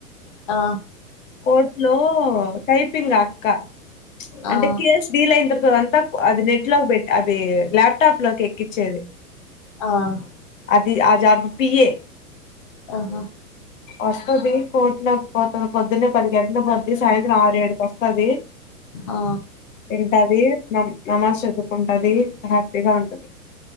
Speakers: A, on the left; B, on the left.
A: ఆ
B: కోట్ లో టైపింగ్ అక్క అంటే
A: ఆ
B: కేస్ రీల్ ఇంద తర్తద అంత అది నెట్లగ్ బటరు అది ల్యాప్టాప్ లోకి ఎక్కించేది
A: ఆ
B: అది ఆ జాబు పియే
A: ఆహ
B: వస్తుది కోట్ల పోతుంది పొద్దున్న పది గంటలు పద్ది సాయంత్రం ఆరు ఏడుకి వస్తుది
A: ఆ
B: వింటది న నమాజ్ చదువుకుంటది హ్యాపీగా ఉంటది